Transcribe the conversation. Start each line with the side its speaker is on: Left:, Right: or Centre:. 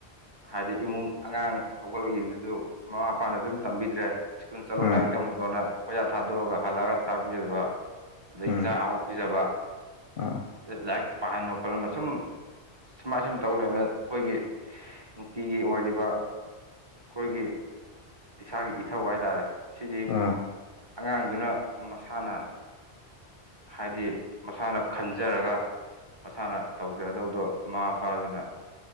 Right: ꯍꯥꯏꯗꯤ ꯏꯃꯨꯡ ꯑꯉꯥꯡ ꯍꯧꯒꯠꯂꯛꯏꯕꯗꯨꯖꯨ ꯃꯃꯥ ꯃꯄꯥꯅꯖꯨ ꯗꯨꯝ ꯇꯝꯕꯤꯗ꯭ꯔꯦ ꯁ꯭ꯀꯨꯜ ꯆꯠꯂꯣ
Left: ꯎꯝ
Right: ꯂꯥꯏꯔꯤꯛ ꯇꯝꯃꯨꯁꯣꯅ ꯈꯣꯏꯊꯥ ꯊꯥꯗꯣꯛꯑꯥꯒ ꯍꯜꯂꯛꯑꯥꯒ ꯆꯥꯛ ꯄꯤꯖꯗꯕ ꯑꯗꯩ
Left: ꯎꯝ
Right: ꯏꯟꯁꯥꯡ ꯑꯍꯥꯎ ꯄꯤꯖꯕ
Left: ꯎꯝ
Right: ꯑꯗꯩ ꯂꯥꯏꯔꯤꯛ ꯄꯥꯍꯟꯕ ꯈꯣꯠꯍꯟꯕ ꯁꯨꯝ ꯁꯨꯃꯥꯏ ꯁꯨꯝ ꯇꯧ ꯂꯩꯔꯕꯅꯤꯅ ꯑꯩꯈꯣꯏꯒꯤ ꯅꯨꯡꯇꯤꯒꯤ ꯑꯣꯏꯔꯤꯕ ꯈꯣꯏꯒꯤ ꯏꯁꯥꯒꯤ ꯏꯊꯧ ꯍꯥꯏꯇꯥꯔꯦ ꯁꯤꯗꯤ
Left: ꯑꯥ
Right: ꯑꯉꯥꯡꯗꯨꯅ ꯃꯁꯥꯅ ꯍꯥꯏꯗꯤ ꯃꯁꯥꯅ ꯈꯟꯖꯔꯒ ꯃꯁꯥꯅ ꯇꯧꯖꯔꯗꯧꯗꯣ ꯃꯃꯥ ꯃꯄꯥꯖꯤꯅ